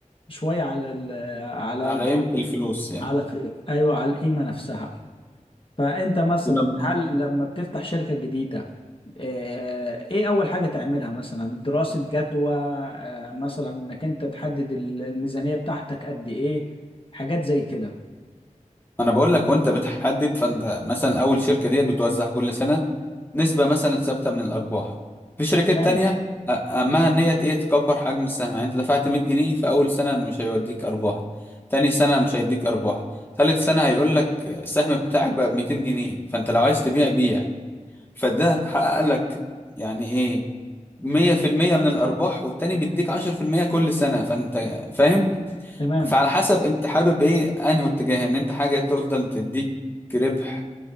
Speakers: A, on the left; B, on the left.
A: شويه على ال على
B: على
A: ال
B: قيمة الفلوس يعني
A: على ايوه على القيمه نفسها فانت مثلا
B: انا
A: هل لما بتفتح شركه جديده آه، ايه اول حاجه تعملها مثلا دراسه جدوى آه، مثلا انك انت تحدد ال- الميزانيه بتاعتك قد ايه حاجات زي كده
B: انا بقول لك وانت بتحدد فانت مثلا اول شركة ديت بتوزع كل سنة نسبة مثلا ثابتة من الارباح في شركات
A: تمام
B: تانية أ- اهمها ان هي ايه تكبر حجم السهم يعني انت دفعت 100 جنيه في اول سنة مش هيوديك ارباح تاني سنة مش هيديك ارباح ثالث سنة هيقول لك السهم بتاعك بقى ب 200 جنيه فانت لو عايز تبيع بيع فده حقق لك يعني ايه 100% من الارباح والتاني بيديك 10% كل سنة فانت فاهم
A: تمام
B: فعلى حسب انت حابب ايه انهي اتجاه ان انت حاجة تفضل تديك ربح